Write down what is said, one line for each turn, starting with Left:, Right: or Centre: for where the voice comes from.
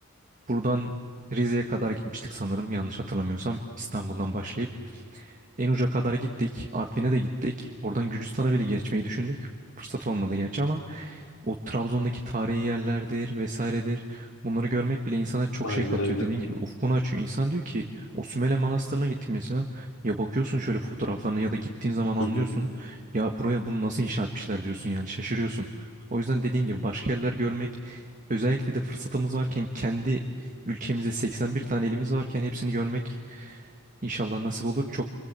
Right: buradan Rize'ye kadar gitmiştik sanırım yanlış hatırlamıyorsam İstanbul'dan başlayıp. En uca kadar gittik. Artvin'e de gittik. Oradan Gürcistan'a bile geçmeyi düşündük. Fırsat olmadı gerçi ama o Trabzon'daki tarihi yerlerdir vesairedir. Bunları görmek bile insana çok
Left: Aynen
Right: şey katıyor.
Left: öyle.
Right: Dediğin gibi ufkunu açıyor. İnsan diyor ki o Sümele Manastırı'na gittik mesela. Ya bakıyorsun şöyle fotoğraflarına ya da gittiğin zaman anlıyorsun.
Left: Hı hı.
Right: Ya buraya bunu nasıl inşa etmişler diyorsun yani şaşırıyorsun. O yüzden dediğin gibi başka yerler görmek özellikle de fırsatımız varken kendi ülkemizde 81 tane elimiz varken hepsini görmek İnşallah nasip olur. Çok